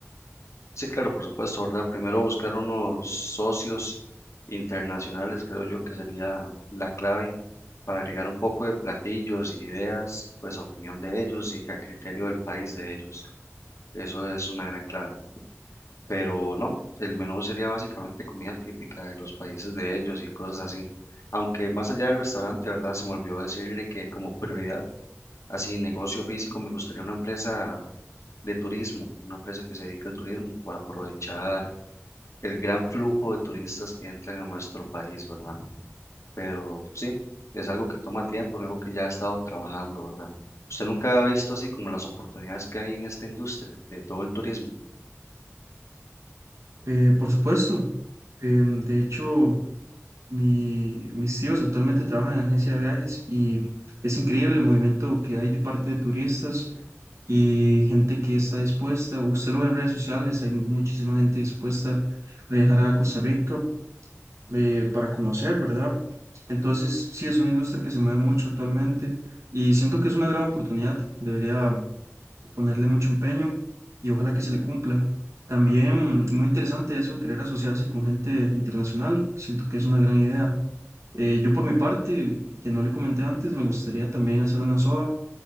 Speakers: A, on the left; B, on the right.
A: Sí, claro, por supuesto, ¿verdad? Primero buscar unos socios internacionales, creo yo que sería la clave para agregar un poco de platillos, ideas, pues a opinión de ellos y que a criterio del país de ellos. Eso es una gran clave. Pero no, el menú sería básicamente comida típica de los países de ellos y cosas así. Aunque más allá del restaurante, ¿verdad? Se me olvidó decirle que como prioridad, así negocio físico, me gustaría una empresa de turismo, una empresa que se dedique al turismo para aprovechar el gran flujo de turistas que entran a nuestro país, ¿verdad? Pero sí, es algo que toma tiempo, en algo que ya ha estado trabajando, ¿verdad? ¿Usted nunca ha visto así como las oportunidades que hay en esta industria de todo el turismo?
B: Eh, por supuesto, em, de hecho... Mi- mis tíos actualmente trabajan en agencia de viajes y es increíble el movimiento que hay de parte de turistas y gente que está dispuesta. Usted lo ve en redes sociales, hay muchísima gente dispuesta a viajar a Costa Rica eh, para conocer, ¿verdad? Entonces, sí, es una industria que se mueve mucho actualmente y siento que es una gran oportunidad. Debería ponerle mucho empeño y ojalá que se le cumpla. También muy interesante eso de querer asociarse con gente internacional. Siento que es una gran idea. Eh, yo por mi parte, que no le comenté antes, me gustaría también hacer una soda,